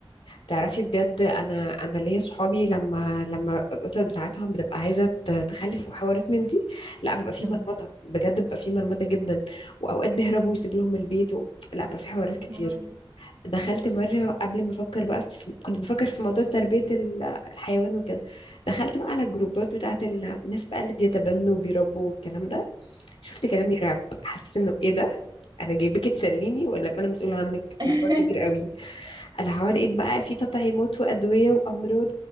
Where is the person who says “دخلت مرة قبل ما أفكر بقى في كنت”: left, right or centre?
Left